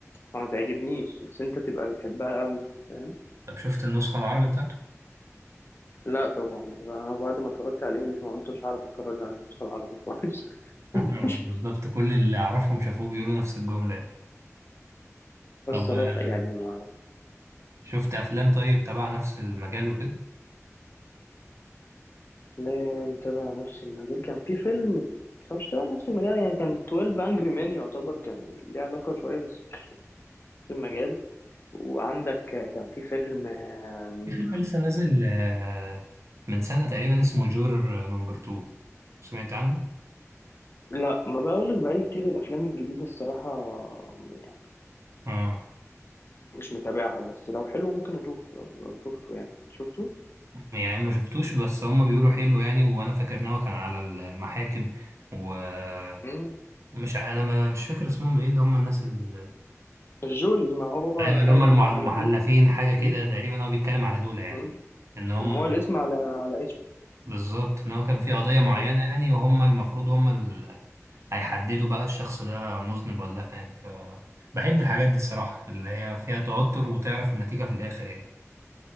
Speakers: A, on the left; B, on the right.
A: فما تعجبنيش بس انت تبقى بتحبها قوي فاهم
B: طب شفت النسخة العربي بتاعته؟
A: لا طبعا يعني انا بعد ما اتفرجت على الانجليش ما قلت مش هعرف اتفرج على النسخة العربي خالص
B: <laughs>
A: <laughs>
B: بالظبط كل اللي أعرفهم شافوه بيقولوا نفس الجملة
A: بس
B: طب
A: الصراحة
B: آه،
A: يعني ما
B: شفت أفلام طيب تبع نفس المجال وكده
A: لا متابع نفس المجال كان في فيلم بس هو مش تبع نفس المجال يعني كان 12 انجري مان يعتبر كان ليه علاقة شوية بس مش نفس المجال وعندك كان في فيلم آم،
B: في فيلم لسه نازل آه، من سنة تقريبا اسمه جور نمبر 2 سمعت عنه؟
A: لا ما بقول لك بقالي كتير الافلام الجديدة الصراحة يعني
B: اه
A: مش متابعها بس لو حلو ممكن اشوفه لو, لو شفته يعني شفته
B: يعني ما شفتوش بس هم بيقولوا حلو يعني وانا فاكر ان هو كان على المحاكم ومش
A: مم.
B: انا ما مش فاكر اسمهم ايه اللي هم الناس ال...
A: الجوريز ما هو
B: ايوه اللي
A: هيئة
B: هم المع-
A: المحلفين
B: المحلفين حاجه كده
A: مم.
B: تقريبا هو بيتكلم على دول يعني
A: مم.
B: ان هم
A: ما هو الاسم على على اسمه
B: بالظبط ان هو كان في قضية معينة
A: مم.
B: يعني وهم المفروض هم اللي هيحددوا بقى الشخص ده مذنب ولا لا يعني ف بحب الحاجات دي الصراحة اللي هي فيها توتر وتعرف النتيجة في الآخر يعني